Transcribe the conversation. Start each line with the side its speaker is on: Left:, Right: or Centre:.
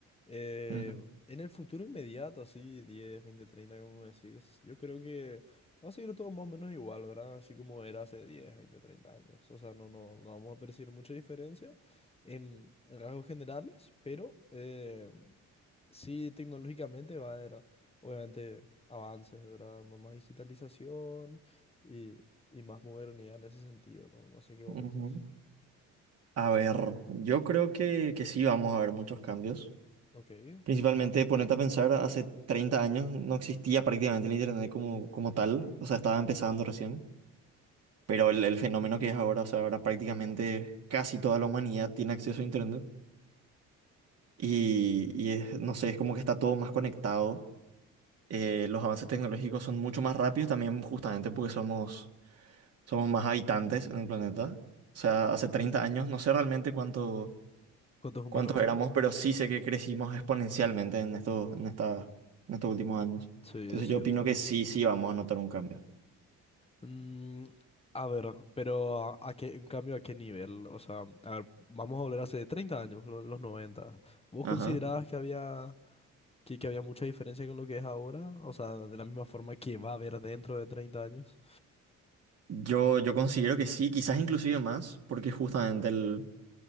Left: Eh,
Right: Ujú,
Left: en el futuro inmediato, así 10 20 30 como me decís, yo creo que va a seguir todo más o menos igual, ¿verdad? Así como era hace 10 20 30 años. O sea, no, no, no vamos a percibir mucha diferencia en, en rasgos generales, pero eh, sí tecnológicamente va a haber, obviamente, avances, ¿verdad? Más más digitalización y, y más modernidad en ese sentido, ¿no? No sé qué vos
Right: ujú.
Left: pensás.
Right: A ver, yo creo que, que sí vamos a ver muchos cambios.
Left: Ok.
Right: Principalmente, ponete a pensar, hace 30 años no existía prácticamente el Internet como, como tal, o sea, estaba empezando recién, pero el, el fenómeno que es ahora, o sea, ahora prácticamente casi toda la humanidad tiene acceso a Internet. y, y es- no sé, es como que está todo más conectado. Eh, los avances tecnológicos son mucho más rápidos también justamente porque somos, somos más habitantes en el planeta. O sea, hace 30 años, no sé realmente cuánto,
Left: ¿Cuántos humanos
Right: cuántos
Left: había?
Right: éramos, pero sí sé que crecimos exponencialmente en estos, en esta, en estos últimos años.
Left: Sí,
Right: Entonces
Left: es cierto.
Right: yo opino que sí, sí vamos a notar un cambio.
Left: Mm, a ver, pero a, a qué, en cambio, ¿a qué nivel? O sea, a ver, vamos a volver hace 30 años, lo- los 90. ¿Vos
Right: Ajá.
Left: considerabas que había, que, que había mucha diferencia con lo que es ahora? O sea, de la misma forma que va a haber dentro de 30 años.
Right: Yo, yo considero que sí, quizás inclusive más, porque justamente el,